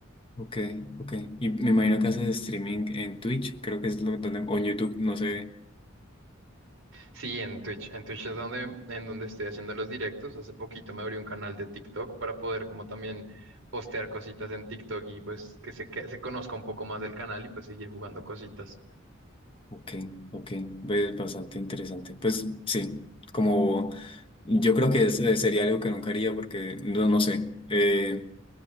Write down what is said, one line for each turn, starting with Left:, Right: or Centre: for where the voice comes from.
Left: ok, ok. Y me imagino que haces streaming en Twitch, creo que es lo donde, o en YouTube, no sé.
Right: Sí, en Twitch. En Twitch es donde, en donde estoy haciendo los directos. Hace poquito me abrí un canal de TikTok para poder como también postear cositas en TikTok y pues que se, que se conozca un poco más del canal y pues seguir jugando cositas.
Left: Ok, ok. Ves bastante interesante. Pues sí, como yo creo que es- eh, sería algo que nunca haría porque no, no sé, eh,